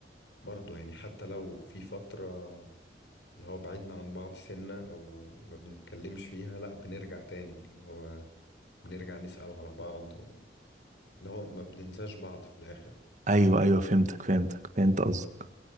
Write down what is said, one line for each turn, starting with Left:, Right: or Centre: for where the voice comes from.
Left: برضو يعني حتى لو في فترة اللي هو بعدنا عن بعض سنة أو ما بنتكلمش فيها لأ بنرجع تاني اللي هو بنرجع نسأل على بعض و... اللي هو ما بننساش بعض في الآخر
Right: ايوه ايوه فهمتك فهمتك فهمت قصدك